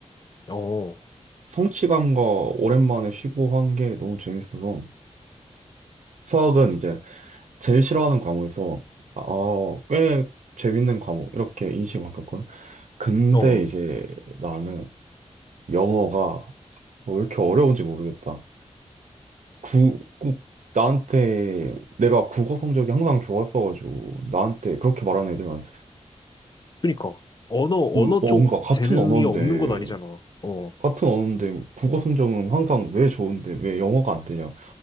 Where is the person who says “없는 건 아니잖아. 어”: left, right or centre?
Left